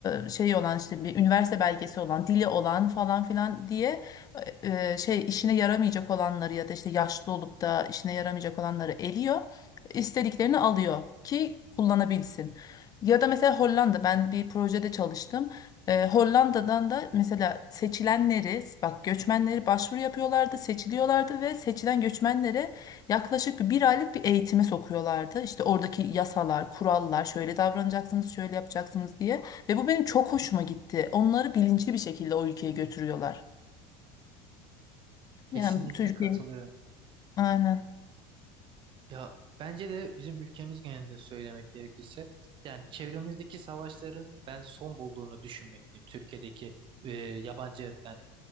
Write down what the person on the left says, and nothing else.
e, şey olan işte bir üniversite belgesi olan dili olan falan filan diye e, e, şey işine yaramayacak olanları ya da işte yaşlı olup da işine yaramayacak olanları eliyor istediklerini alıyor ki kullanabilsin. Ya da mesela Hollanda ben bir projede çalıştım. Ee, Hollanda'dan da mesela seçilenleri bak göçmenleri başvuru yapıyorlardı seçiliyorlardı ve seçilen göçmenlere Yaklaşık bir aylık bir eğitime sokuyorlardı. İşte oradaki yasalar, kurallar, şöyle davranacaksınız, şöyle yapacaksınız diye. Ve bu benim çok hoşuma gitti. Onları bilinçli bir şekilde o ülkeye götürüyorlar.
Yani Türkiye.
Aynen.